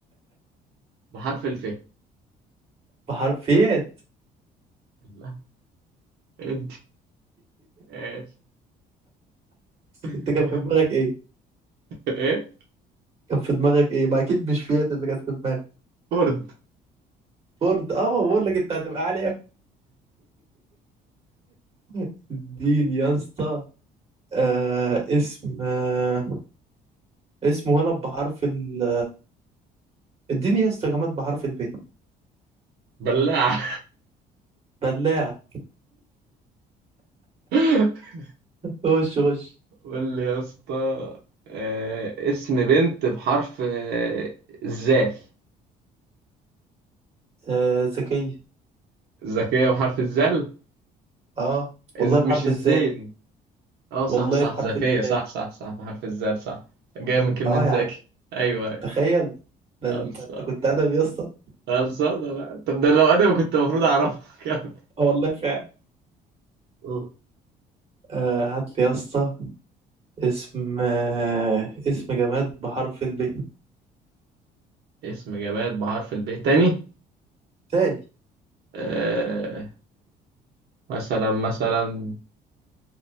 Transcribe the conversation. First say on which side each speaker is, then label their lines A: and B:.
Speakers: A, on the right; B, on the right.
A: بحرف الف
B: بحرف فيات
A: لا انت ايش <laughs>
B: انت كان في دماغك ايه
A: ايه
B: كان في دماغك ايه ما اكيد مش فيات اللي كانت في دماغك
A: فورد
B: فورد اه ما بقول لك انت هتبقى عالي قوي <laughs> اديني يا اسطى آه اسم آه اسم ولد بحرف ال اديني يا اسطى جماد بحرف الب
A: بلاعة
B: بلاعة
A: <laughs>
B: خش خش
A: قول لي يا اسطى آه، اسم بنت بحرف آه، الزال
B: آه ذكية
A: ذكية بحرف الزال
B: اه والله
A: إز-
B: بحرف
A: مش الزين
B: الزاء
A: اه صح
B: والله
A: صح
B: بحرف
A: ذكية
B: الزاء
A: صح صح صح بحرف الزال صح جاية من كلمة
B: اه
A: ذكي
B: يا عم
A: ايوه أيوة.
B: تخيل ده
A: خلصان
B: انت انت كنت ادبي يا اسطى
A: خلصان لا طب ده لو انا كنت المفروض اعرفها <laughs> كمل
B: اه والله فعلا
A: قول.
B: آه هات لي يا اسطى اسم آه، اسم جماد بحرف الب
A: اسم جماد بحرف الب تاني
B: تاني
A: آه مثلا مثلا